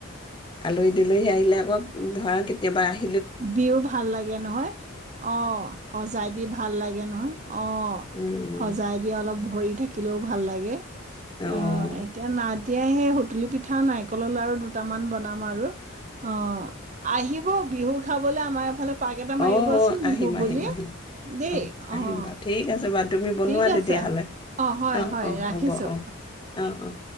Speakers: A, on the left (about 20°); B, on the right (about 35°).
A: আলহী-দুলহী আহিলে আকৌ ধৰা কেতিয়াবা আহি
B: দিও ভাল লাগে নহয়, অ', সজাই দি ভাল লাগে নহয়? অ',
A: উম
B: সজাই দি অলপ ভৰি থাকিলেও ভাল লাগে।
A: উম
B: অ', এতিয়া নাদ এতিয়া সেই সুতুলি পিঠা, নাৰিকলৰ লাৰু দুটামান বনাম আৰু অ', আহিব বিহু খাবলৈ আমাৰ এইফালে পাক এটা মাৰিবচোন
A: অ', অ', আহিম,
B: বিহু
A: আহিম,
B: বুলি
A: আহিম
B: দেই।
A: অহ,
B: অ',
A: আহিম বাৰু ঠিক আছে, বাৰু তুমি বনোৱা
B: ঠিক
A: তেতিয়াহ'লে
B: আছে। হয়,
A: অ',
B: হয়
A: অ',
B: ৰাখিছোঁ।
A: হ'ব অ', অ', অ'।